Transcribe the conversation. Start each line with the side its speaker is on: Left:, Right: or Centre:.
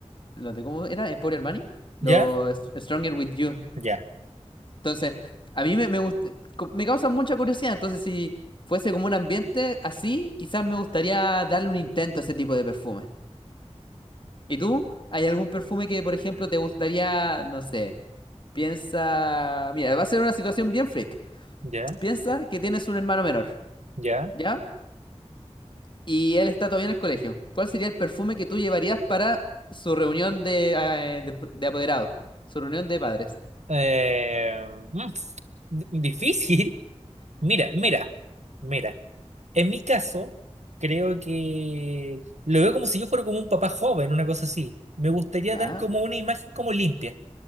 Left: Los de ¿cómo era? Emporio Armani.
Right: ¿Ya?
Left: Los Stronger With You.
Right: ¿Ya?
Left: Entonces, a mí me, me, gust- co- me causa mucha curiosidad. Entonces, si fuese como un ambiente así, quizás me gustaría darle un intento a ese tipo de perfume. ¿Y tú? ¿Hay algún perfume que, por ejemplo, te gustaría, no sé, piensa... Mira, va a ser una situación bien freak.
Right: ¿Ya?
Left: Piensa que tienes un hermano menor,
Right: ¿Ya?
Left: ¿ya? y él está todavía en el colegio. ¿Cuál sería el perfume que tú llevarías para su reunión de, eh, de, de apoderados? Su reunión de padres.
Right: Eh, mm, d- difícil. Mira, mira, mira. En mi caso, creo que lo veo como si yo fuera como un papá joven, una cosa así. Me gustaría
Left: ¿Ya?
Right: dar como una imagen como limpia.